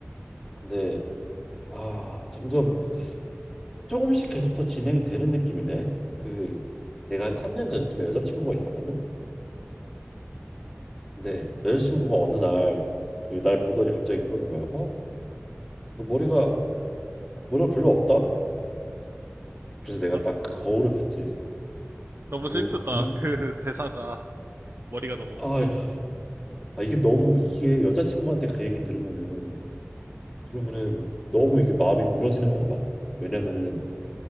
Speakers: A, in the centre; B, on the right.
A: 근데 아, 점점 조금씩 계속 더 진행이 되는 느낌이네. 그 내가 한 3년 전쯤에 여자친구가 있었거든. 근데 여자친구가 어느 날 그 날 보더니 갑자기 그러는 거야. 어? 너 머리가 머리가 별로 없다? 그래서 내가
B: 너,
A: 딱 그 거울을 봤지.
B: 너무
A: 그거
B: 슬프다.
A: 보니
B: 그 대사가 머리가 너무 없다.
A: 아, 아, 이게 너무 이게 여자친구한테 그 얘기 들으면은 그러면은 너무 이게 마음이 무너지는 거 알아? 왜냐면은